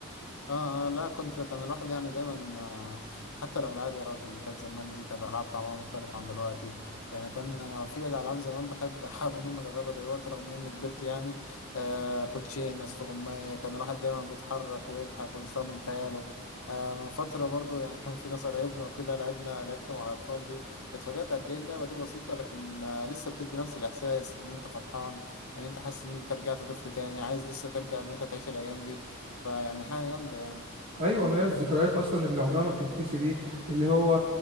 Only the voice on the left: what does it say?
اه اه لا كنت كان الواحد يعني دايما آه، حتى الالعاب يا راجل اللي كانت زمان دي كانت العاب طعمها مختلف عن دلوقتي يعني كان انا في الالعاب زمان بحب <laughs> احاول ان انا اجربها دلوقتي رغم اني كبرت يعني آه كوتشين استغماية كان الواحد دايما بيتحرك ويضحك ويستخدم خياله آه من فترة برضو يعني كان في ناس قرايبنا وكده لعبنا لعبت مع الاطفال دي واتفاجأت قد ايه اللعبة دي بسيطة لكن آه لسه بتدي نفس الاحساس ان انت فرحان ان انت حاسس ان انت رجعت طفل تاني عايز لسه ترجع ان انت تعيش الايام دي فيعني حاجة جامدة يعني